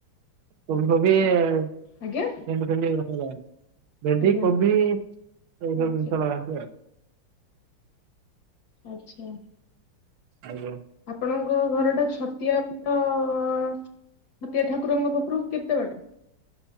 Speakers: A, on the right (about 85°); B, on the left (about 65°).
A: ଫୁଲ କୋବି ଆଉ
B: ଆଜ୍ଞା
A: ଭେଣ୍ଡି ଫେଣ୍ଡି ଏଇ ସବୁ ଲଗାନ୍ତି। ଭେଣ୍ଡି
B: ଆଜ୍ଞା
A: କୋବିି ଏସବୁ
B: ଆଚ୍ଛା
A: ଜିନିଷ ଲଗାନ୍ତି।
B: ଆଚ୍ଛା।
A: ଆଜ୍ଞା।
B: ଆପଣଙ୍କ ଘର ଟା ଛତିଆ ତ ଛତିଆ ଠାକୁରଙ୍କ ପାଖରୁ କେତେ ବାଟ?